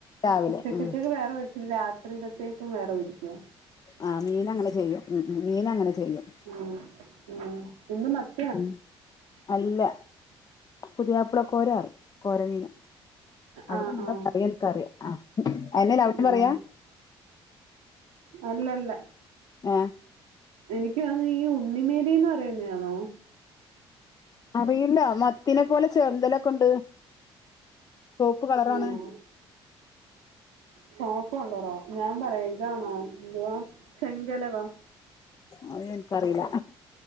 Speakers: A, on the left; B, on the right.
A: രാവിലെ
B: ഉച്ചക്കത്തേക്ക്
A: ഉം
B: വേറെ വ രി രാത്രിടത്തേക്കും വേറ പൊരിക്കോ
A: ആ മീനങ്ങനെ ചെയ്യും ഉ മീന അങ്ങനെ ചെയ്യും
B: ഉം ഉം ഇന്ന് മത്തി
A: ഉം അല്ല പുതിയപ്പിള കോര കോരമീന അവിടെന്താ
B: ആ ആ
A: തറ എനക്ക അറിയ ആ അന അവിടെ
B: ആ
A: പറയാ
B: അല്ലല്ല
A: ഏ
B: എനിക്ക് തന്ന ഈ ഉണ്ണിമേലന്ന് പറയുന്ന ആണോ
A: അറിയില്ല മത്തിനെ പോലെ ചെന്തമ്പലൊക്കെ ഉണ്ട് ച്ചോപ്പ് കളറാണ്
B: ആണോ ചപ്പ ഉള്ളറോ ഞാൻ പറയാ ഇതാാണ്ാ എന്തുവാ ചെങ്കലവാ
A: അ ത്ൻ കറില